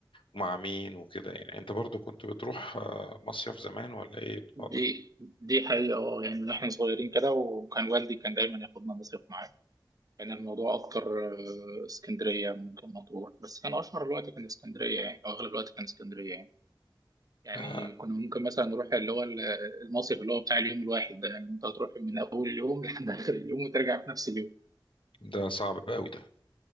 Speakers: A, on the left; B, on the right.
A: ومع مين وكده يعني أنت برضو كنت بتروح آه، مصيف زمان ولا إيه
B: دي
A: الوضع؟
B: دي حقيقة اه يعني من احنا صغيرين كده وكان والدي كان دايما ياخدنا مصيف معاه كان الموضوع اكتر آه، اسكندرية ممكن مطروح بس كان اشهر الوقت كان اسكندرية يعني او اغلب الوقت كان اسكندرية يعني يعني
A: آه،
B: كنا ممكن مثلا نروح اللي هو ال- المصيف اللي هو بتاع اليوم الواحد ده يعني انت هتروح من اول اليوم <laughs> لحد اخر اليوم وترجع في نفس اليوم
A: ده صعب قوي ده